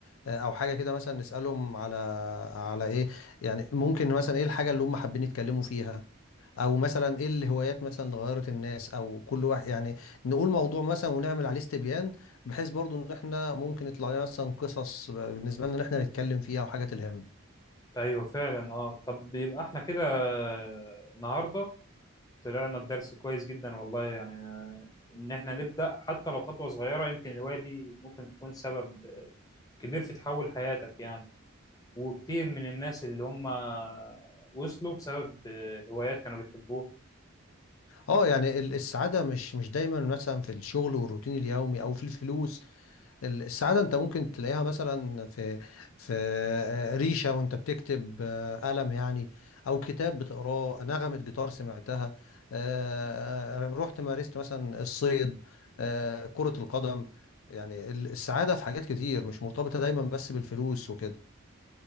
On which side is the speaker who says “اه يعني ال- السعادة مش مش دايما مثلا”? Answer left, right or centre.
Left